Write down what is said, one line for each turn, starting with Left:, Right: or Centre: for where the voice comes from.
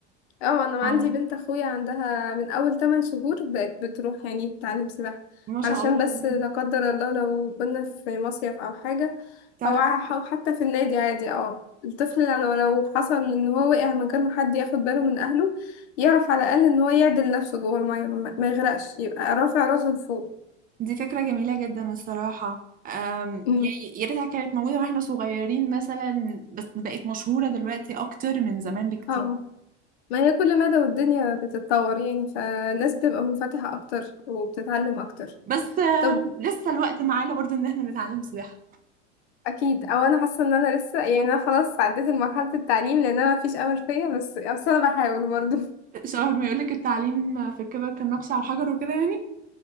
Left: اه انا
Right: اه
Left: عندي بنت اخويا عندها من اول 8 شهور بقت بتروح يعني تتعلم سباحة
Right: ما شاء
Left: علشان
Right: الله
Left: بس لا قدر الله لو كنا في مصيف او حاجة
Right: تعرف
Left: او ع- او حتى في النادي عادي اه الطفل لو لو حصل ان هو وقع من غير ما حد ياخد باله من اهله يعرف على الاقل ان هو يعدل نفسه جوه المية ما ما يغرقش يبقى رافع راسه لفوق
Right: دي فكرة جميلة جدا الصراحة أم،
Left: امم
Right: يعني يا ريتها كانت موجودة واحنا صغيرين مثلا بس بقت مشهورة دلوقتي أكتر من زمان بكتير
Left: اه ما هي كل مدى والدنيا بتتطور يعني فالناس بتبقى منفتحة اكتر وبتتعلم اكتر
Right: بس أم،
Left: طب
Right: لسه الوقت معانا برضو إن احنا نتعلم سباحة
Left: اكيد او انا حاسه ان انا لسه يعني انا خلاص عديت مرحله التعليم لان انا مفيش امل فيا بس بس انا بحاول برضو <laughs>
Right: شبه ما يقولك التعليم في الكبر كان نقش على الحجر وكده يعني